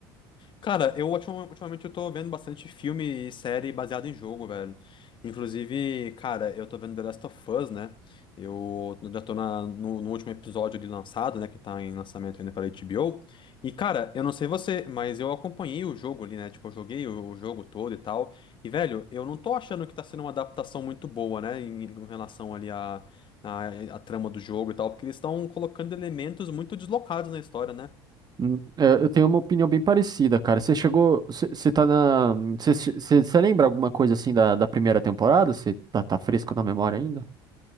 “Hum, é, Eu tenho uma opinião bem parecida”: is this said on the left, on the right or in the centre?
Right